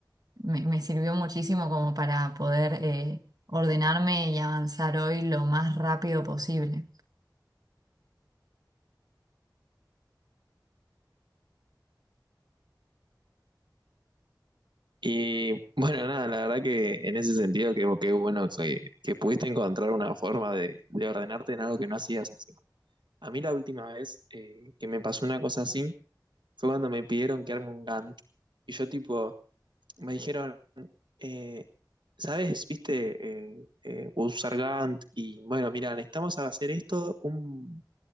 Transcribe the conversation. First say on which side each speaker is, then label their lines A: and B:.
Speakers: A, on the right; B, on the right.
A: me- me sirvió muchísimo como para poder eh, ordenarme y avanzar hoy lo más rápido posible.
B: Y bueno, nada, la verdad que en ese sentido, que, que bueno que, que pudiste encontrar una forma de, de ordenarte en algo que no hacías encima. A mí la última vez eh, que me pasó una cosa así fue cuando me pidieron que arme un Gantt. Y yo tipo, me dijeron... eh, ¿sabes? Viste, eh, eh, Gus Sargant y bueno, mira, necesitamos hacer esto, un-